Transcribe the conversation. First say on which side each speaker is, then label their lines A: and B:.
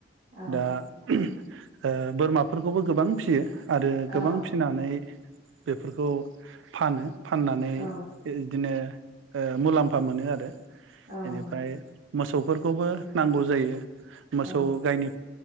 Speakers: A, on the right; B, on the right.
A: औ
B: दा ओ बोरमाफोरखौबो गोबां फियो। आरो
A: औ
B: गोबां फिनानै बेफोरखौ फानो फाननानै
A: औ
B: इदिनो ओ मुलाम्फा मोनो आरो
A: औ
B: एनिफ्राय
A: नोंथां
B: मोसौ फोरखौबो नांगौ जायो। मोसौ
A: औ
B: गायनि